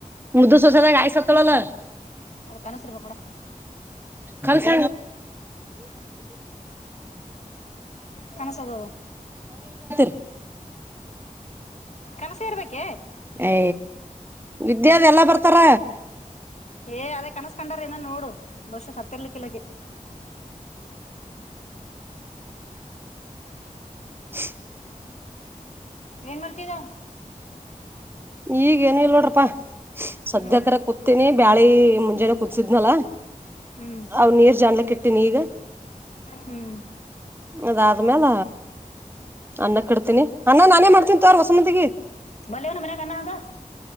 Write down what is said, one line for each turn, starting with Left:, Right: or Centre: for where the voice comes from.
Right: ಮುದ್ದು ಸ್ವಸಾಲ ಗಾಯಿಸ ಹತ ಮಲ್ಲ
Left: ಅದು ಕನಸರು ಬಂಗಡ
Right: ಕಲ್ ಸ
Left: ಕನಸದದು
Right: ಚಾ
Left: ಕನಸಿ ಇರ್ಬೇಕೆ
Right: ಏ ವಿದ್ಯಾದ ಎಲ್ಲ ಬರ್ತಾರ
Left: ಏ ಅದೇ ಕನ್ಸ್ಕಂಡಾರ ಇನ್ನ ನೋಡು ಬಹುಶ ಸತ್ತಿರ್ಲಿಕ್ಕಲಕ್ಕೆ
Right: ಹ
Left: ಏನ್ ಮಾಡ್ತಿದ್ದ
Right: ಈಗ ಏನ ಇ ನೋಡ್ರಪ್ಪಾ ಸದ್ಯಕರ
Left: ಹ್ಮ್
Right: ಕೂತೀನಿ ಬ್ಯಾಳಿ ಮುಂಜೆನ ಕೂದಸಿದ್ನಲ್ಲ
Left: ಹ್ಮ್
Right: ಅವ ನೀರ್ ಜನ್ಲಕ್ಕ ಇಟ್ಟಿನಿ ಈಗ
Left: ಹ್ಮ್
Right: ಅದ ಆದ್ಮೇಲ ಅನ್ನ ಕಡ್ತೀನಿ ಅನ್ನ ನಾನೇ ಮಾಡ್ತೀನಿ ತಾರ ಹೊಸಮಂದಿಗೆ
Left: ಬಲೆ ಒನ ಮನ ಕನ್ನ ಅಂದ